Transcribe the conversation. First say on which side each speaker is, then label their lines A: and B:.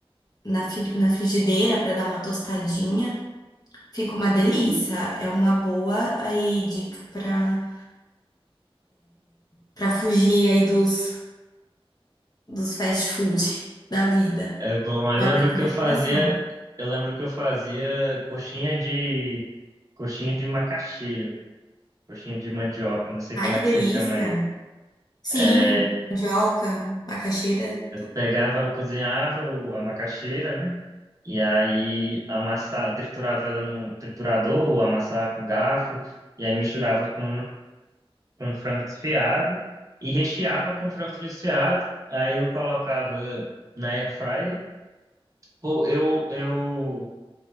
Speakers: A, on the left; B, on the right.
A: na, fri- na frigideira para dar uma tostadinha. Fica uma delícia. É uma boa aí dica para para fugir aí dos, dos fast food <laughs> da vida.
B: É bom, eu
A: Já
B: lembro
A: é uma tentação.
B: que eu fazia, eu lembro que eu fazia coxinha de coxinha de macaxeira, coxinha de mandioca, não sei
A: Ai,
B: como
A: que
B: é
A: delícia!
B: que você chama aí.
A: Sim,
B: É,
A: mandioca, macaxeira
B: pegava, cozinhava o- a macaxeira, né? E aí amassava, triturava ela no triturador, ou amassava com garfo, e aí misturava com com frango desfiado e recheava com frango desfiado. Aí eu colocava na air fryer. Pô, eu eu